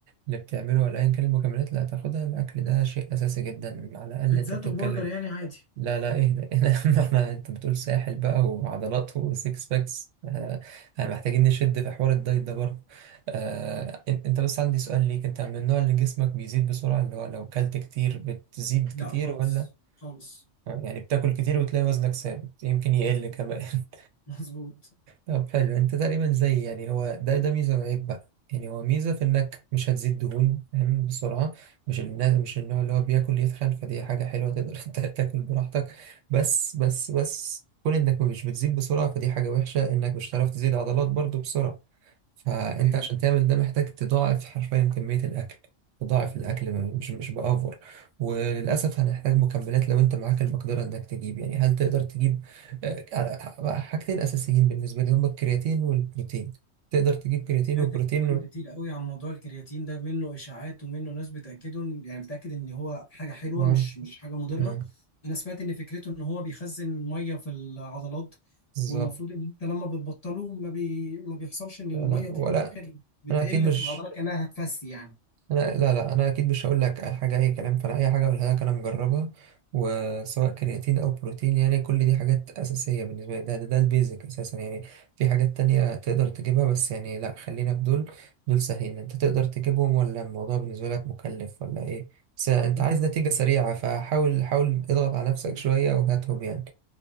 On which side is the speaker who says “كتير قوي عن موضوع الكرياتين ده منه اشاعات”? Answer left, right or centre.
Left